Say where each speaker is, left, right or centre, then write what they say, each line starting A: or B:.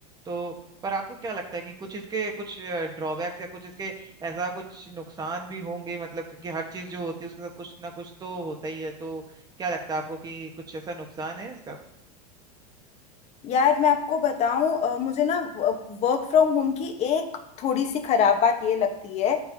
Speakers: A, on the right; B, on the left.
A: तो पर आपको क्या लगता है कि कुछ इसके कुछ ड्रॉबैक्स या कुछ इसके ऐसा कुछ नुकसान भी होंगे मतलब क्योंकि हर चीज जो होती है उसके साथ कुछ ना कुछ तो होता ही है तो क्या लगता है आपको कि कुछ ऐसा नुकसान है इसका
B: यार मैं आपको बताऊं अ, मुझे ना वर्क फ्रॉम होम की एक थोड़ी सी खराब बात ये लगती है